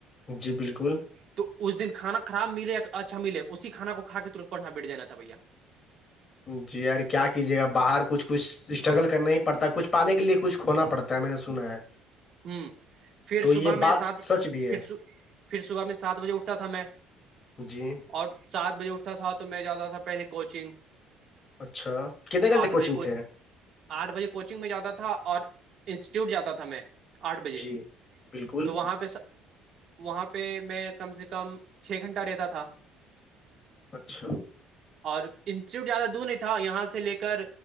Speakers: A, on the left; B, on the right.
A: جی بالکل
B: تو اس دن کھانا خراب ملے یا اچھا ملے اسی کھانا کو کھا کے ترت پر نہا بیٹھ جینا تھا بھیا <unintelligible>
A: جی یار کیا کیجیے گا باہر کچھ کچھ اسٹرگل
B: ہاں
A: کرنا ہی پڑتا کچھ پانے کے لیے کچھ کھونا پڑتا کیا میں نے سنا ہے
B: ہوں پھر
A: تو
B: صبح
A: یہ
B: میں
A: بات
B: سات
A: سچ بھی
B: پھر
A: ہے
B: پھر صبح میں سات بجے اٹھتا تھا میں
A: جی
B: اور سات بجے اٹھتا تھا تو میں جاتا تھا پہلے کوچنگ
A: اچھا کتنے گھنٹے
B: آٹھ
A: کوچنگ
B: بجے کو
A: تھے
B: آٹھ بجے کوچنگ میں جاتا تھا اور انسٹیٹیوٹ جاتا تھا میں آٹھ بجے
A: جی بالکل
B: تو وہاں پہ <unintelligible> وہاں پہ میں کم سے کم چھ گھنٹہ رہتا تھا
A: اچھا
B: اور انسٹیٹیوٹ زیادہ دور نہیں تھا یہاں سے لے کر